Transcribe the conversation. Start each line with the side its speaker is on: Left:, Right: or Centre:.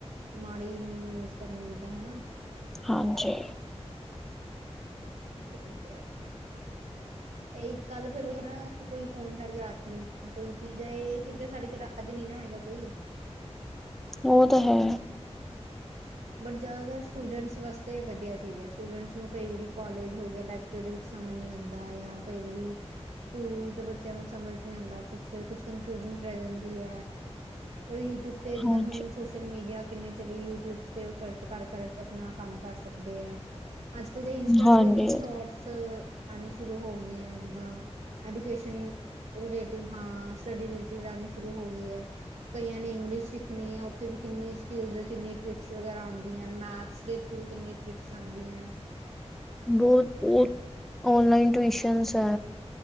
Right: ਮਾੜੀ ਇਨੀ ਯੂਜ ਕਰਨੀ ਜਿਦਾਂ ਹਨਾ।
Centre: ਹਾਂਜੀ।
Right: ਏ ਤੇ ਹੈ। ਇਹੀ ਗੱਲ ਫਿਰ ਓਹੀ ਐ ਨਾ ਕੋਈ ਫੋਨ ਛੱਡ ਕੇ ਆ ਕੋਈ ਚੀਜ਼ ਏ ਚੀਜ਼ਾਂ ਛਡ ਕੇ ਰਾਜ ਨੀ ਨਾ ਹੈਗਾ ਕੋਈ।
Centre: ਓ ਤਾਂ ਹੈ।
Right: ਬਟ ਜ਼ਿਆਦਾਤਰ ਸਟੂਡੈਂਟਸ ਵਾਸਤੇ ਵਦੀਆ ਚੀਜ਼ ਐ ਸਟੂਡੈਂਟਸ ਨੂੰ ਕਈ ਵਾਰੀ ਕੋਲਜ ਹੋ ਗਿਆ ਲਾਇਕ ਲੈਕਚਰ ਦੇ ਵਿੱਚ ਸਮਝ ਨੀ ਆਂਦਾ ਜਾਂ ਕਈ ਵਾਰੀ ਸਕੂਲ ਚ ਬੱਚਿਆਂ ਨੂੰ ਸਮਝ ਨੀ ਆਂਦਾ ਕੁੱਛ-ਕੁੱਛ ਕਨਫਿਊਜਨ ਰੈ ਜਾਂਦੀ ਐ। ਕੋਈ ਟੁੱਟੇ ਜਿੱਦਾਂ
Centre: ਹਾਂਜੀ
Right: ਹੂੰ ਸੋਸ਼ਲ ਮੀਡੀਆ ਕਿੰਨੇ ਚਲੀ ਯਟਿਊਬਜ਼ ਤੇ ਓ ਸਰਚ ਕਰ-ਕਰ ਕੇ ਆਪਨਾ ਕੰਮ ਕਰ ਸਕਦੇ ਐ। ਅੱਜ-ਕੱਲ ਤੇ ਇੰਸਟਾ
Centre: ਹਾਂਜੀ
Right: ਤੇ ਵੀ ਸ਼ੋਰਟਸ ਆਨੀ ਸ਼ੁਰੂ ਹੋ ਗਈ ਐ ਜਿੱਦਾਂ ਐਡੂਕੇਸ਼ਨ ਰਿਲੇਟਿਡ ਹਾਂ ਸਟੱਡੀ ਰਿਲੇਟਿਡ ਆਣੀ ਸ਼ੁਰੂ ਹੋ ਗਈ ਐ। ਕਈਆਂ ਨੇ ਇੰਗਲਿਸ਼ ਸਿੱਖਨੀ ਐ ਓਥੇ ਵੀ ਕਿੰਨੀ ਸਕਿੱਲਜ਼ ਕਿੰਨੀ ਟ੍ਰਿਕਸ ਵਗੈਰਾ ਆਂਦੀਆਂ ਐ ਮੈਥਸ ਦੇ ਥਰੂ ਕਿੰਨੀ ਟਰਿਕ ਸਾਂਦੀਐ ‌।
Centre: ਬੋਤ-ਬੋਤ ਔਨਲਾਈਨ ਟਿਊਸ਼ਨਸ ਐ।